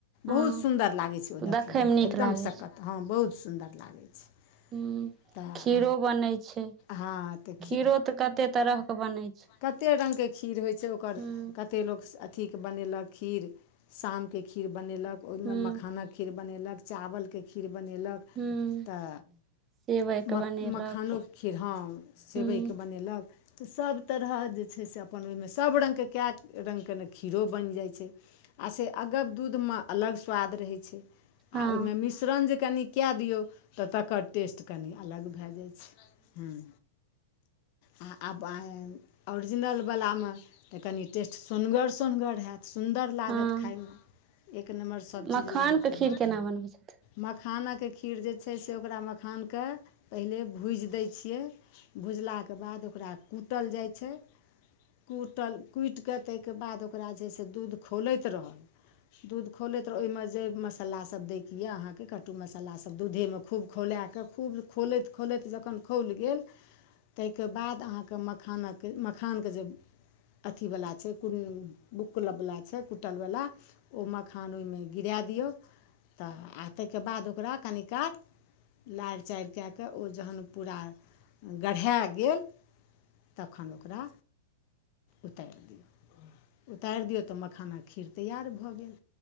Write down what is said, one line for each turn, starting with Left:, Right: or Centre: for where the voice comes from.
Right: हँ
Left: बहुत सुन्दर लागै छै ओ
Right: तऽ
Left: देखैय
Right: देखयमे
Left: मऽ
Right: नीक
Left: एकदम
Right: लागै
Left: सकत हँ बहुत सुन्दर लागै छै
Right: हुँ
Left: तऽ
Right: खीरो बनै छै
Left: हँ तऽ
Right: खीरो तऽ कते तरह कऽ बनै छै
Left: कते रंग कऽ खीर होइ छैय ओकर
Right: हूँ
Left: कते लोक अ अथीके बनेलक खीर शामके खीर बनेलक ओही
Right: हूँ
Left: मै मखाना। खीर बनेलक चावलके खीर बनेलक।
Right: हूँ
Left: तऽ
Right: सेवइके
Left: मक
Right: बनेलक
Left: मखानोके खीर हॅं। सेवई
Right: हूँ
Left: कऽ बनेलक। तऽ सभ तरह जे छैय से अपन ओहिमे सभ रङ्गके कए रङ्ग के ने खीरो बन जाइ छैय। आ से अगब दूधमे अलग स्वाद रहै छैय। आ
Right: हँ
Left: ओहिमे मिश्रण जे कनि कैय दियौ। तऽ तकर टेस्ट कनि अलग भेए जाइ छैय हँ। आ आय ओरिजिनल बला मऽ। तऽ कनि टेस्ट सोनगर सोनगर हैत। सुन्दर लागत
Right: हँ
Left: खायमे एक नम्बर सभचीज
Right: मखानके
Left: लागत ओइमे।
Right: खीर केना बनबै छथिन
Left: मखानक खीर जे छैय से ओकरा मखानके पहिले भूज दैय छियै। भुज लाके बाद ओकरा कूटल जाइ छैय। कूटल कूटि कऽ ताइके बाद ओकरा जे से दूध खौलैत रहल। दूध खौलैत रह ओमे जे मसल्ला सभ दैके यऽ अहाँके कट्टू मसल्ला सभ दूधेमे खूब। खौला कऽ खूब खोलैत - खोलैत जखन खौल गेल। तेके बाद अहाँके मखानक मखानके जै। अथीवला छैय कुरु बुक क्लबवला छैय। कुट्टलवला ओ मखान ओई में गिरा द दियौ। तऽ आ ताइके बाद ओकरा कनि काल। लैर चैर कैय कऽ ओ जखन पूरा गढ़ाए ग गैल। तखन ओकरा उतैर दियौ उतैर दिऔ तऽ मखानाक खीर तैआार भऽ गेल।